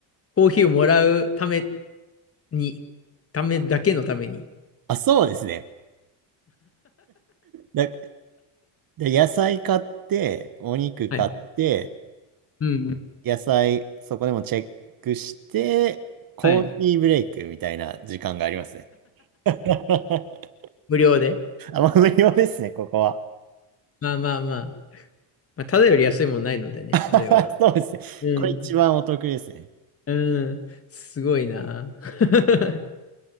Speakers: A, on the left; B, on the right.
A: コーヒーをもらうために、ためだけのために。
B: あ、そうですね。だ、で野菜買って、お肉買って、
A: はい。うん。うん
B: 野菜そこでもチェックして、コーヒーブレイクみたいな時間がありますね。
A: はい。
B: <laughs>
A: 無料で。
B: あ、まあ無料ですね、ここは。
A: まあまあまあ。まあ、ただより安いもんないのでね、
B: <laughs>
A: あれは。
B: そうですね。
A: うん。
B: これ一番お得ですね。
A: うん。すごいな。<laughs>